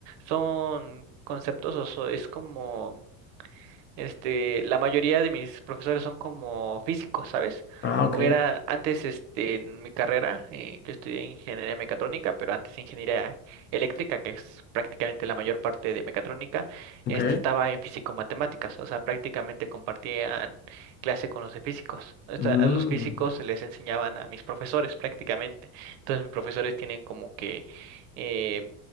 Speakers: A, on the right; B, on the left.
A: son conceptos, o so- es como este, la mayoría de mis profesores son como físicos, ¿sabes?
B: Ah, ok,
A: O era antes, este, en mi carrera, eh, yo estudié ingeniería mecatrónica, pero antes ingeniería eléctrica, que es prácticamente la mayor parte de mecatrónica,
B: ok.
A: este, estaba en físico-matemáticas, o sea, prácticamente compartían clase con los de físicos. O sea,
B: Mm.
A: a los físicos les enseñaban a mis profesores prácticamente. Entonces, mis profesores tienen como que... eh,